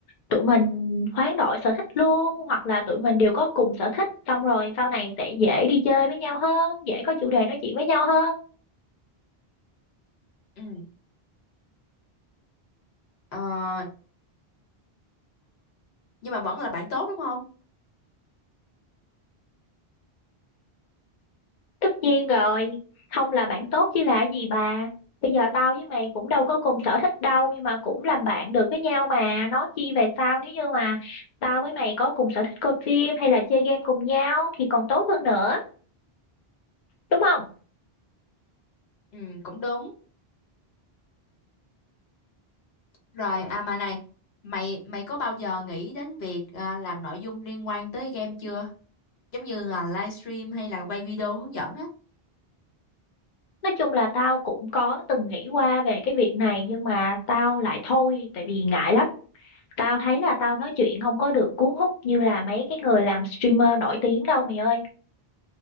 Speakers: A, on the left; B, on the left.
A: tụi mình hoán đổi sở thích luôn hoặc là tụi mình đều có cùng sở thích xong rồi sau này sẽ dễ đi chơi với nhau hơn dễ có chủ đề nói chuyện với nhau hơn
B: Ừ, ờ, nhưng mà vẫn là bạn tốt đúng không?
A: tất nhiên rồi không là bạn tốt chứ là gì bà bây giờ tao với mày cũng đâu có cùng sở thích đâu nhưng mà cũng làm bạn được với nhau mà nói chi về sau nếu như mà tao với mày có cùng sở thích coi phim hay là chơi game cùng nhau thì còn tốt hơn nữa đúng không
B: Ừ, cũng đúng. Rồi, à mà này, mày mày có bao giờ nghĩ đến việc à, làm nội dung liên quan tới game chưa? Giống như là livestream hay là quay video hướng dẫn á?
A: Nói chung là tao cũng có từng nghĩ qua về cái việc này nhưng mà tao lại thôi tại vì ngại lắm. Tao thấy là tao nói chuyện không có được cuốn hút như là mấy cái người làm streamer nổi tiếng đâu mày ơi.